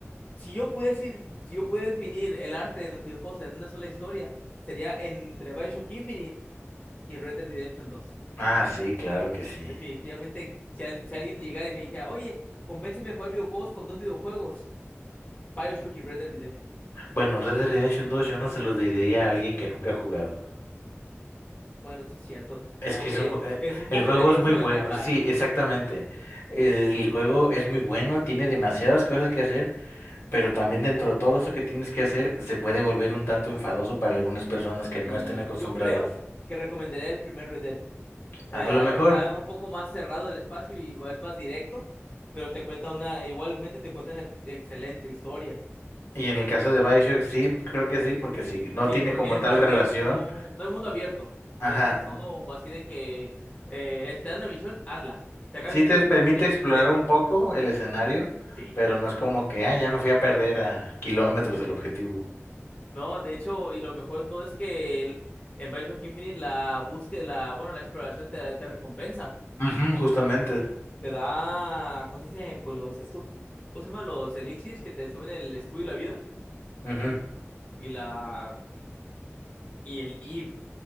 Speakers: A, on the left; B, on the left.
A: Si yo pudiese, ir- si yo pudiera definir el arte de los videojuegos en una sola historia, sería entre Bioshock Infinite y Red Dead Redemption dos
B: Ah, sí, claro que sí.
A: Definitivamente, si, al- si alguien llegara y me dijera, oye, convénceme de jugar videojuegos con dos videojuegos, Bioshock y Red Dead Redemption.
B: Bueno, Red Dead Redemption dos, yo no se lo diría a alguien que nunca ha jugado.
A: Bueno, sí es cierto.
B: Es
A: Como
B: que
A: que
B: es un, ju- eh,
A: es un
B: el
A: poco
B: juego
A: tedioso
B: es muy bueno,
A: el viajar.
B: sí, exactamente. El juego es muy bueno, tiene demasiadas cosas que hacer, pero también dentro de todo eso que tienes que hacer se puede volver un tanto enfadoso para algunas personas que
A: Y
B: no estén acostumbradas.
A: yo creo que recomendaría el primer Red Dead. Eh,
B: A
A: ah,
B: lo mejor,
A: está un poco más cerrado el espacio y es más directo, pero te cuenta una, igualmente te cuenta una excelente historia.
B: y en el caso de BioShock sí, creo que sí, porque si no
A: Sí,
B: tiene
A: porque
B: como
A: es
B: tal
A: más
B: relación,
A: directo, no, no hay mundo abierto.
B: ajá,
A: Es todo así de que eh, está en una misión, hazla. Se acaba
B: Sí
A: esa misión,
B: te permite
A: otra misión
B: explorar
A: directa.
B: un poco el escenario,
A: Sí.
B: pero no es como que, ah, ya me fui a perder a kilómetros del objetivo.
A: No, de hecho, y lo mejor de todo es que el- en Bioshock Infinite la búsqueda, la, bueno, la exploración te, te recompensa.
B: Ujú, justamente.
A: Te da, ¿cómo se dice? Pues los esto, ¿cómo se llama? Los elixirs que te suben el escudo y la vida
B: Ujú.
A: y la y el Eve.